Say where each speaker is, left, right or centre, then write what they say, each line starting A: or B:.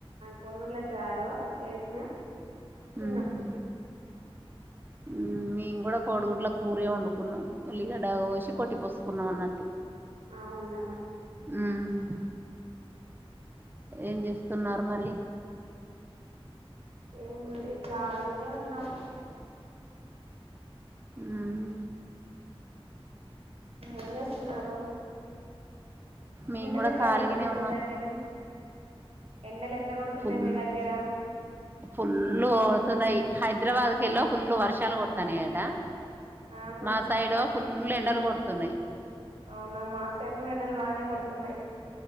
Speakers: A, on the right; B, on the right.
A: కోడి గుడ్ల చారు చేసిన తిన్న
B: మ్మ్ మ్మ్ మేము కూడా కోడిగుడ్లకు కురే వండుకున్నాం ఉల్లిగడా కోసి కొట్టి పోసుకున్నాం అన్నట్టు
A: అవునా
B: మ్మ్ ఏం చేస్తున్నారు మరి
A: ఏముంది జాలీగానే ఉన్నాం
B: మ్మ్
A: ఏం చేస్తున్నారు
B: మేము
A: ఎండలు
B: కూడా
A: ఎట్లా
B: ఖాళీగానే
A: కొడుతున్నాయి
B: ఉన్నాం
A: మీ దగ్గర ఎండలు ఎట్లా కొడుతున్నాయి
B: ఫుల్
A: మీ దగ్గర
B: ఫుల్లు తున్నాయ్ హైదరాబాద్ కెళ ఫుల్ వర్షాలు కుడతాన్నాయట
A: ఆహా
B: మా సైడ్ ఫుల్ ఫుల్ ఎండలు కొడుతున్నాయి
A: అవునా మా సైడ్ కూడా ఎండలు బాగానే కొడుతున్నాయ్